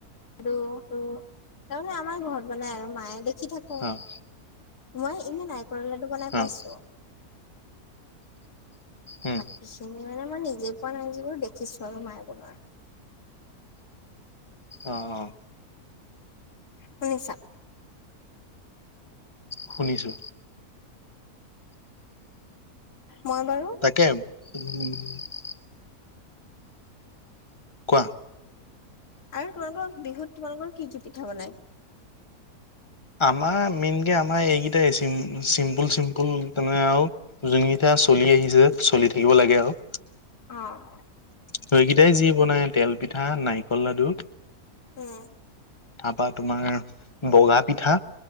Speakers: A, on the left; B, on the left.
A: আৰু-ৰু, তাৰমানে আমাৰ ঘৰত বনাই আৰু মায়ে, দেখি থাকো
B: অ',
A: মই এনে নাৰিকলৰ লাডু বনাই
B: অ',
A: পাইছো।
B: উম,
A: বাকীখিনি মানে মই নিজে পোৱা নাই যদিও দেখিছো আৰু মায়ে বনোৱা।
B: অ', অ'।
A: শুনিছা?
B: শুনিছো।
A: মই বাৰু
B: তাকে উম। কোৱা।
A: আৰু তোমালোকৰ, বিহুত তোমালোকৰ কি কি পিঠা বনাই?
B: আমাৰ, মেইনকে আমাৰ এইকেইটাই, চিম্পুল-চিম্পুল, তেনে আৰু যোনকেইটা চলি আহিছে, চলি থাকিব লাগে আৰু।
A: অ'।
B: সৈকেইটাই যি বনাই তেল পিঠা, নাৰিকল লাডু
A: উম।
B: তাৰপা তোমাৰ, বগা পিঠা